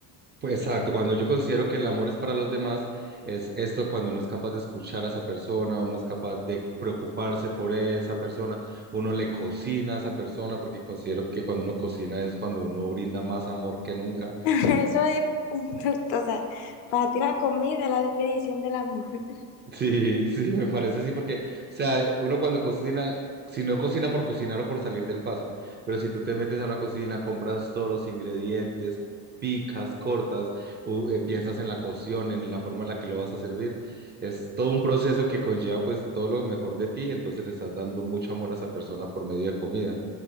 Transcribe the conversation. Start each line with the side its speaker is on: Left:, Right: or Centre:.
Right: Pues, Exacto, cuando yo considero que el amor es para los demás, es esto cuando uno es capaz de escuchar a esa persona, uno es capaz de preocuparse por esa persona, uno le cocina a esa persona, porque considero que cuando uno cocina es cuando uno brinda más amor que nunca.
Left: <laughs> Eso es, <laughs> o sea, para ti la comida es la definición del amor. <laughs>
Right: Sí, sí, me parece así porque, o sea, uno cuando cocina, si no cocina por cocinar o por salir del paso, pero si tú te metes a una cocina, compras todos los ingredientes, picas, cortas, u- eh, piensas en la cocción, en la forma en la que lo vas a servir, es todo un proceso que conlleva pues todo lo mejor de ti, entonces le estás dando mucho amor a esa persona por medio de comida,